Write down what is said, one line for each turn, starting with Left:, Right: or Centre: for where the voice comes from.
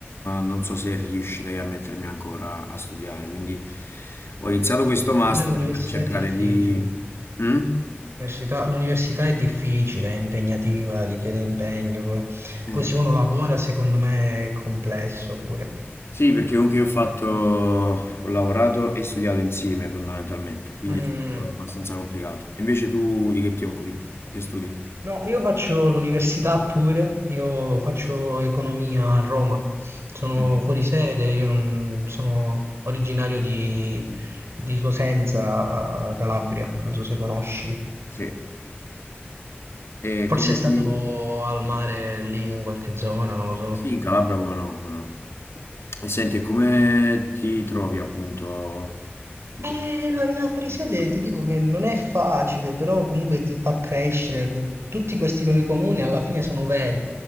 Left: non so se riuscirei a mettermi ancora a studiare. Quindi ho iniziato questo master
Right: Eh, l'università
Left: per cercare
Right: è difficile.
Left: di... Mm?
Right: L'università l'università è difficile, è impegnativa, richiede impegno. co-
Left: Eh,
Right: Poi se uno lavora, secondo me è complesso pure.
Left: sì, perché comunque io ho fatto, ho lavorato e studiato insieme fondamentalmente, quindi
Right: Mm,
Left: è stato abbastanza complicato. Invece tu di che ti occupi? Che studi?
Right: No, io faccio l'università pure, io faccio economia a Roma. Sono
Left: Mm,
Right: fuori sede, io non- sono originario di, di Cosenza, Calabria, non so se conosci.
Left: Sì, e
Right: Forse
Left: come
Right: è stato
Left: ti...
Right: al mare lì in qualche zona, non lo so.
Left: Sì, in Calabria come no, come no. E senti, come ti trovi appunto con
Right: Eh,
Left: questo tipo
Right: la vita
Left: di
Right: fuori
Left: indirizzo?
Right: sede ti dico che non è facile, però comunque ti fa crescere. Tutti questi luoghi comuni alla fine sono veri,